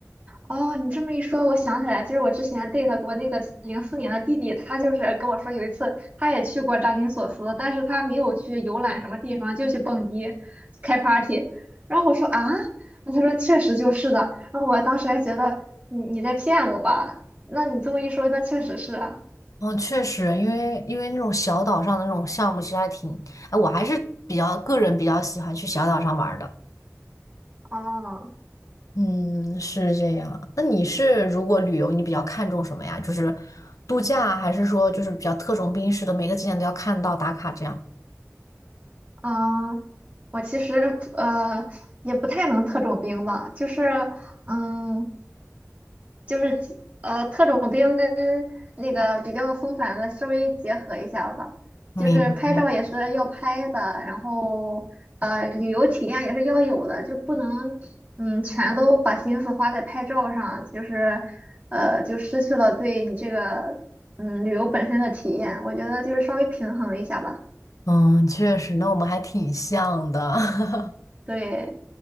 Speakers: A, on the right (about 25°); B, on the left (about 85°).
A: 哦，你这么一说，我想起来，就是我之前 date 过那个零四年的弟弟，他就是跟我说，有一次他也去过扎金索斯，但是他没有去游览什么地方，就去蹦迪、开 party。然后我说啊，那他说确实就是的。然后我当时还觉得你你在骗我吧？那你这么一说，那确实是啊。
B: 嗯，确实，因为因为那种小岛上的那种项目其实还挺，哎，我还是比较个人比较喜欢去小岛上玩儿的。
A: 哦，
B: 嗯，是这样。那你是如果旅游，你比较看重什么呀？就是度假，还是说就是比较特种兵式的，每个景点都要看到打卡这样？
A: 嗯，我其实呃也不太能特种兵吧，就是嗯。就是呃特种兵跟那个比较松散的稍微结合一下吧，
B: 明
A: 就是拍照也是要拍的，然后呃旅游体验也是要有的，就不能嗯全都把心思花在拍照上，就是呃就失去了对你这个嗯旅游本身的体验，我觉得就是稍微平衡一下吧。
B: 嗯，确实，那我们还挺像的。<laughs>
A: 对，